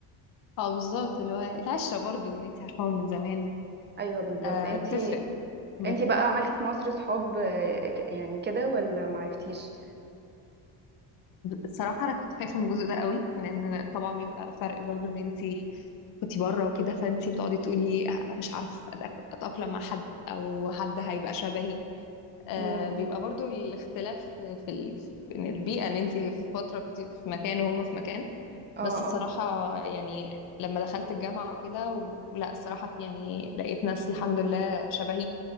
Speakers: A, on the left; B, on the right.
A: اه بالظبط اللي هو العشرة برضو ان انتي عارفاهم من زمان
B: ايوه بالظبط
A: آه
B: انتي
A: بتفرق بس
B: انتي بقى عملتي في مصر صحاب آه، ك- يعني كده ولا ما عرفتيش
A: الصراحة أنا كنت خايفة من الجزء ده قوي لأن أنا طبعا بيبقى فرق برضو إن أنتي كنتي بره وكده فأنتي بتقعدي تقولي آه، مش عارف أتأك- أتأقلم مع حد أو حد هيبقى شبهي آه،
B: امم
A: بيبقى برضو الاختلاف في ال... في إن البيئة إن أنتي في فترة كنتي في مكان وهم في مكان
B: اه
A: بس الصراحة
B: اه
A: يعني لما دخلت الجامعة وكده و- ولا الصراحة في يعني لقيت ناس الحمد لله شبهي